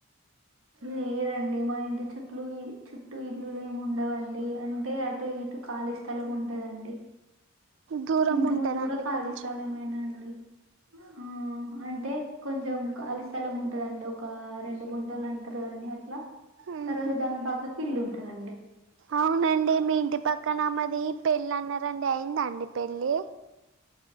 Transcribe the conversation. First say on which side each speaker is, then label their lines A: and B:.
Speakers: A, on the right; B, on the right.
A: లేదండి మా ఇంటి చుట్లు చుట్టూ ఇల్లులు ఏమి ఉండవు అండి అంటే అటు. ఇటు ఖాళీ స్థలం ఉంటాదండి.
B: దూరం
A: ఇంటి
B: ఉంటదండి
A: ముందు కూడా ఖళీ
B: కొంచెం
A: స్థలమేనాండి ఆ. అంటే కొంచం ఖాళి స్థలం ఉంటాదండి ఒక రెండు గుంటలు అంటారు గా అండి అట్లా.
B: ఉహు
A: తర్వాత దాని పక్కకి ఇల్లు ఉంటాది.
B: అవునండి మీ ఇంటి పక్కన ఆమెది పెళ్ళి అన్న రండి అయిందా అండి పెళ్ళి.